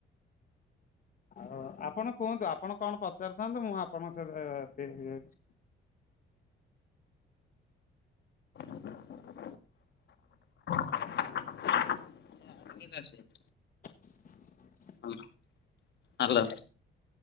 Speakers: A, on the left; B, on the left.
A: ଆଉ ଆପଣ କୁହନ୍ତୁ ଆପଣ କଣ ପଚାରୁଥାନ୍ତୁ ମୁଁ ଆପଣଙ୍କ ସହିତ <unintelligible>
B: <inaudible> <unintelligible>
A: <inaudible>
B: ହାଲୋ ହାଲୋ।